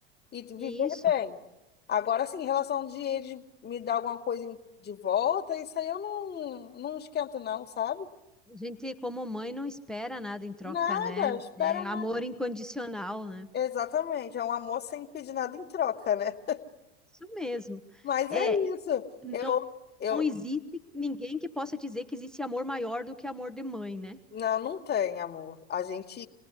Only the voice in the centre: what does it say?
E
isso.
A gente, como mãe, não espera nada em troca,
né?
É amor
incondicional, né?
Isso mesmo.
É,
não,
não existe ninguém que possa dizer que existe amor maior do que amor de mãe, né?